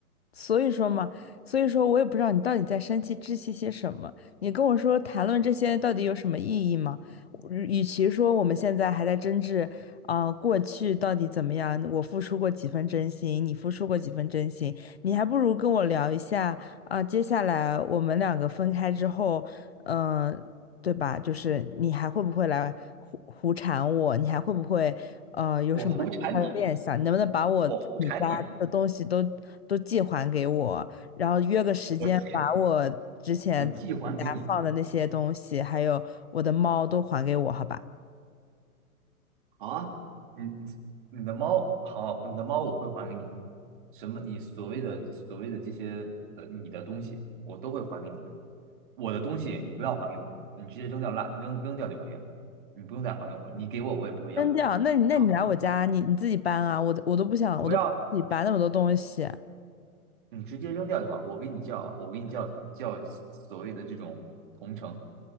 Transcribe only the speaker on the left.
所以说嘛，所以说我也不知道你到底在生气窒息些什么。你跟我说谈论这些到底有什么意义吗？我与其说我们现在还在争执，啊、过去到底怎么样，我付出过几分真心，你付出过几分真心，你还不如跟我聊一下啊、接下来我们两个分开之后，嗯、对吧？就是你还会不会来胡胡缠我？你还会不会？呃，有什么他的念想？
你能不能把我自己家的东西都都寄还给我？
然后约个时间，
把我之前在你家放的那些东西，
还有我的猫都还给我，好吧？
扔掉？那你那你来我家，
你你自己搬啊！我我都不想，
我都不想自己搬那么多东西。